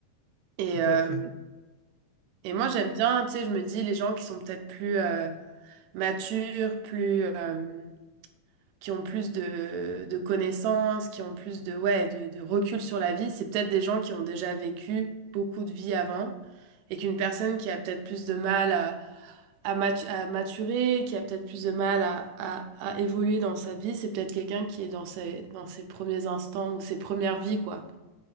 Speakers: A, on the right; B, on the left.
A: Et,
B: Tout
A: euh,
B: à fait.
A: et moi, j'aime bien, tu sais, je me dis, les gens qui sont peut-être plus euh, matures, plus... euh, qui ont plus de, de connaissances, qui ont plus de, ouais, de, de recul sur la vie, c'est peut-être des gens qui ont déjà vécu beaucoup de vie avant et qu'une personne qui a peut-être plus de mal à, à, matu- à maturer, qui a peut-être plus de mal à, à, à évoluer dans sa vie, c'est peut-être quelqu'un qui est dans ses, dans ses premiers instants ou ses premières vies, quoi.